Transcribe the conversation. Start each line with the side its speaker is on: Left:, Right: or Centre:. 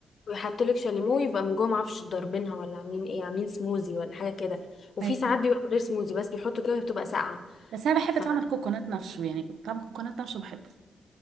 Left: ويحطوا لك شاليمو يبقى من جوه معرفش ضاربينها ولا عاملين ايه عاملين سموزي ولا حاجه كده وفي
Right: ايوه
Left: ساعات بيبقى من غير سموزي بس بيحطوا كده بتبقى ساقعه
Right: بس انا بحب
Left: ف...
Right: طعم الكوكونات نفسه يعني طعم الكوكونات نفسه بحبه